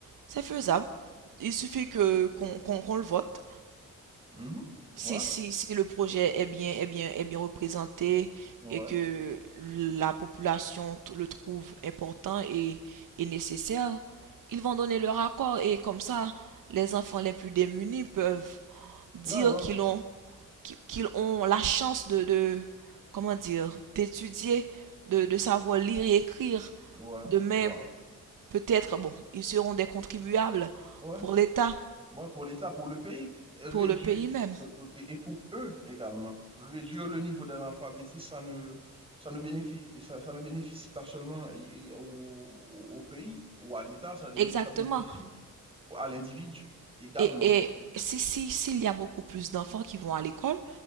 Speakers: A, on the right; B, on the right.
A: C'est faisable. Il suffit que qu'on qu'on qu'on le vote.
B: Mhm.
A: Si,
B: Ouais,
A: si, si le projet est bien, est bien, est bien représenté
B: ouais,
A: et que la population t- le trouve important et, et nécessaire, ils vont donner leur accord et comme ça, les enfants les plus démunis peuvent dire
B: ouais, ouais,
A: qu'ils ont, qu'ils qu'ils ont la chance de, de, comment dire, d'étudier, de, de savoir lire et écrire.
B: ouais,
A: Demain,
B: ouais,
A: Peut-être, bon, ils seront des contribuables
B: ouais.
A: pour l'État,
B: Ouais, pour l'État, pour le pays, réduire,
A: pour le pays même.
B: euh, euh, et et pour eux également, réduire le niveau d'analphabétisme, ça ne, ça ne bénéficie, ça, ça ne bénéficie pas seulement et- et au, au- au pays ou à l'État, ça, dé-
A: Exactement.
B: ça bénéficie à l'individu également,
A: Et, et si, si, s'il y a beaucoup plus d'enfants qui vont à l'école,